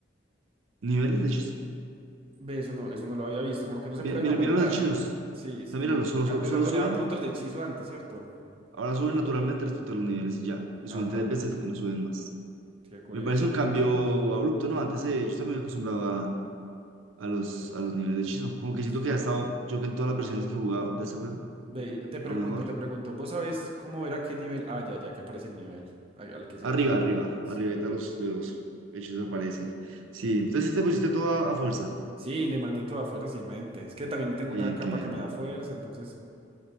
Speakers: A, on the right; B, on the right.
A: niveles de hechizos.
B: Ve, eso no, eso no lo había visto, como que no se
A: Mira,
B: pueden
A: mira,
B: aumentar.
A: mira los hechizos.
B: Sí, es
A: O sea,
B: como
A: míralos,
B: que
A: solo,
B: antes
A: solo, solo
B: a uno
A: suben,
B: le daban puntos de hechizo antes, ¿cierto?
A: ahora suben naturalmente respecto a los niveles y ya. Y
B: Ajá,
A: suben tres veces y no suben más.
B: qué curioso.
A: Me parece un cambio abrupto, ¿no? Antes eh, yo también me acostumbraba a los, a los niveles de hechizo. Como que siento
B: Sí.
A: que ha estado, yo que en todas las versiones que he jugado de este juego,
B: Ve, y te pregunto,
A: a lo mejor.
B: te pregunto, ¿vos sabés cómo era qué nivel? Ah, ya, ya que aparece el nivel al, al que se desbloquea.
A: Arriba, arriba,
B: Sí,
A: arriba, de los, de los hechizos aparece.
B: ya.
A: Sí, entonces sí te pusiste todo a, a fuerza.
B: Sí, le mandé toda fuerza sin mente. Es que también tengo
A: Bien,
B: una capa
A: qué bien.
B: que me da fuerza, entonces.